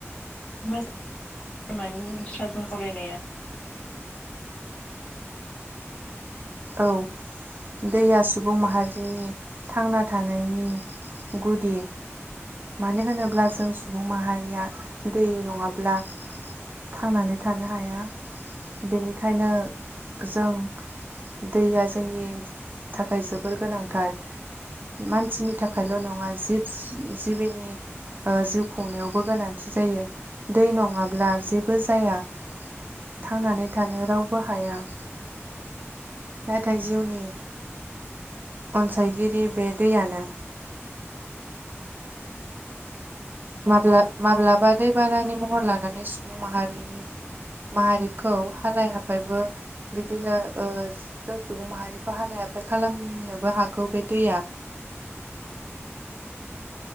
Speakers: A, on the left (about 20°); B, on the right (about 40°).
A: मोजां लामानि स्राजों फरायनाया
B: औ दैया सुबुं माहारिनि थांना थानायनि गुदि मानो होनोब्ला जों सुबुं माहारिया दै नङाब्ला थांनानै थानो हाया बेनिखायनो जों दैया जोंनि थाखाय जोबोर गोनांथार मानसिनि थाखायल' नङा जिब जिबिनि जिउ खुंनायावबो गोनांथि जायो दै नङाब्ला जेबो जाया थांनानै थानो रावबो हाया नाथाय जिउनि अनसायगिरि बे दैयानो माब्ला माब्लाबा दैबानानि महर लानानै सुबुं माहारि माहारिखौ हालाय हाबायबो बिदिनो ओ जों सुबुं माहारिखौ हालाय हाब फाय खालामनोबो हागौ बे दैया <inaudible>